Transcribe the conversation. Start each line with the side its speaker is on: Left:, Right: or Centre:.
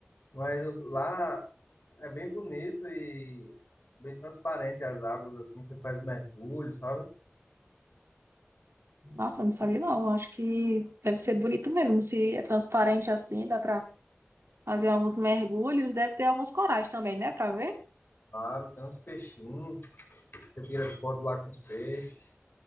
Left: mas eu- lá é bem bonito e bem transparente as águas. Assim, você faz mergulho, sabe?
Right: Nossa, eu não sabia não. Acho que deve ser bonito mesmo. Se é transparente assim, dá pra fazer alguns mergulhos. Deve ter alguns corais também, né? Pra ver.
Left: Claro, tem uns peixinhos. Você tira foto lá com os peixes.